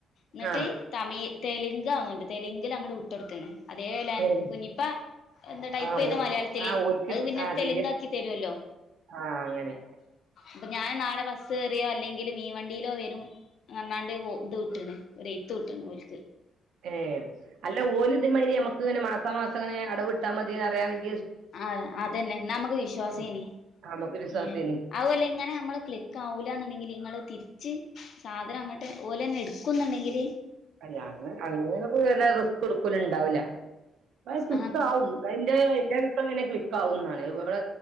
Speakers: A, on the left; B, on the right.
A: ന്നിട്ട്
B: ആഹ്
A: തമിയ് തെലുങ്കാന്ന്ണ്ട് തെലുങ്കിൽ അങ്ങട്ട് വിട്ടൊട്ത്തീണ് അതേ ലാ
B: ഏഹ്
A: കുഞ്ഞിപ്പ എന്താ ടൈപ്പെയ്ത
B: ആഹ് ഓൽക്ക്
A: മലയാളത്തില്
B: ആഹ് ഓൽക്ക്
A: അത്
B: ഇത്
A: പിന്നെ
B: ആഹ്
A: തെലുങ്ക്
B: തിരെ
A: ആക്കി തരൊല്ലോ
B: ആഹ് അങ്ങനെ
A: പ്പൊ ഞാൻ നാളെ ബസ്സേറിയോ അല്ലെങ്കിൽ മീൻവണ്ടീലോ വരും ർഞ്ഞാണ്ട് ഒ ഇത് വിട്ടീണ് ഒരെയ്ത്ത് വിട്ടീണ് ഓൽക്ക്
B: ഏഹ അല്ല ഓല ഇതമാതിരി നമുക്ക് ഏ ഏ അല്ല ഓല് ഇത് മാതിരി ഞമ്മക്ക്ങ്ങനെ മാസാ മാസം ങ്ങനെ അടവിട്ത്താ മതി അറയാണെങ്കിൽ
A: ആ അതെന്നെ ന്നാ നമ്മക്ക് വിശ്വാസേനി
B: ആഹ് നമുക്കൊരു വിശ്വാസേനി
A: ഏ അവുല്ല ഇങ്ങനെ നമ്മള് ക്ലിക്ക് ആ വൂല്ലാന്ന്ണ്ടെങ്കില് ങ്ങള് തിരി ച്ച് സാധനം അങ്ങട്ട് ഓലെന്നെ ഇട്ക്കുന്ന്ണ്ടെങ്കിൽ
B: അല്ലാ അങ്ങനെ അങ്ങനെപ്പൊ വല്ല്യ റിസ്ക്ക്ട്ക്കല്‌ണ്ടാവൂല്ല അത് റിസ്ക്
A: ആഹ്
B: ആവും ന്റെ ന്റെരഭിപ്രായം പിന്നെ ക്ലിക്കാകുന്നാണ് ഇവടെ